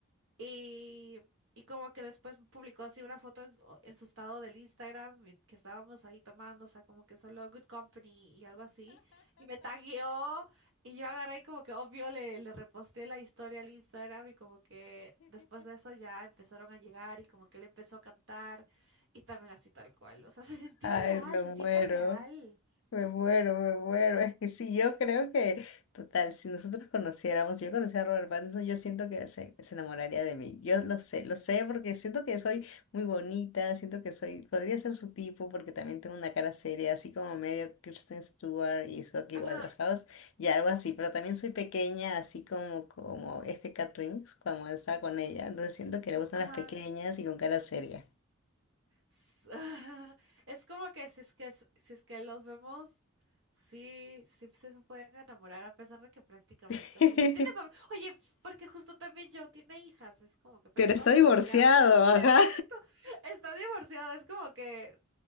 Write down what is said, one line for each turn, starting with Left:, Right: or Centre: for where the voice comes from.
Right: Y, y como que después publicó así una foto en, su en su estado del Instagram y que estábamos ahí tomando, o sea, como que solo Good Company y algo así. Y me tagueó y yo agarré y como que obvio le, le reposté la historia al Instagram y como que después de eso ya empezaron a llegar y como que él empezó a cantar y también así tal cual. O sea, <laughs> se sintió
Left: Ay,
Right: real,
Left: me
Right: se siente
Left: muero.
Right: real.
Left: Me muero, me muero. Es que sí, yo creo que, total, si nosotros conociéramos, si yo conociera a Robert Pattinson, yo siento que se, se enamoraría de mí. Yo lo sé, lo sé, porque siento que soy muy bonita, siento que soy, podría ser su tipo, porque también tengo una cara seria, así como medio Kristen Stewart y Zoe
Right: Ajá,
Left: Waterhouse, y algo así, pero también soy pequeña, así como, como FK Twins, cuando estaba con ella. Entonces siento que le gustan
Right: ajá.
Left: las pequeñas y con cara seria.
Right: S- <laughs> Es como que si es que s- si es que los vemos, sí, sí se pueden enamorar, a pesar de que prácticamente,
Left: <laughs>
Right: o sea, ya tiene familia. Oye, porque justo también Joe tiene hijas, es como que, pero
Left: Pero
Right: está
Left: está
Right: divorciado.
Left: divorciado, ajá.
Right: <laughs> Está divorciado, es como que